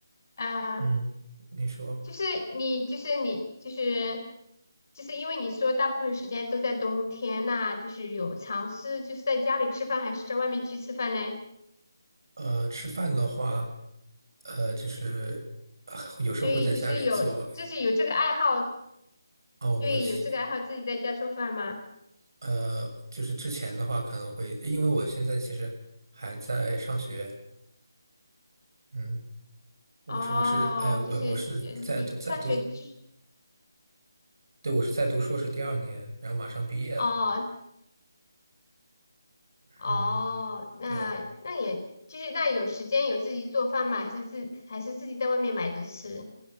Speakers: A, on the left (about 50°); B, on the right (about 60°).
A: 啊呃，
B: 嗯，你说，
A: 就是你就是你就是就是因为你说大部分时间都在冬天，那就是有尝试就是在家里吃饭，还是在外面去吃饭呢？
B: 呃，吃饭的话，呃，就是呃有时候会在家里做。
A: 所以就是有，就是有这个爱好，
B: 哦，我是
A: 对，有这个爱好自己在家做饭吗？
B: 呃，就是之前的话可能会，因为我现在其实还在上学，嗯。我是我是呃我我是在读在读
A: 哦，就是呃你上学就是
B: 对，我是在读硕士第二年，然后马上毕业了。
A: 哦哦，
B: 嗯，
A: 那那也就是那有时间有自己做饭吗？
B: 对，
A: 还是自还是自己在外面买着吃？